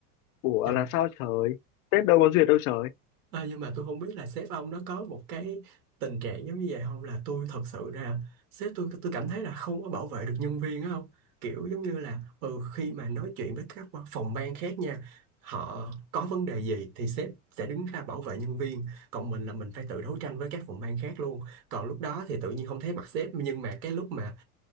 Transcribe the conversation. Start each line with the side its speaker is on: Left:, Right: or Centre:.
Left: ủa
Right: Trời,
Left: là sao trời sếp đâu có duyệt đâu trời
Right: Ờ, nhưng mà tôi không biết là sếp ông nó có một cái tình trạng giống như vậy không là tôi thật sự ra sếp tôi tôi cảm thấy là không có bảo vệ được nhân viên á không kiểu giống như là ừ khi mà nói chuyện với các phòng ban khác nha họ có vấn đề gì thì sếp sẽ đứng ra bảo vệ nhân viên còn mình là mình phải tự đấu tranh với các phòng ban khác luôn còn lúc đó thì tự nhiên không thấy mặt sếp nhưng mà cái lúc mà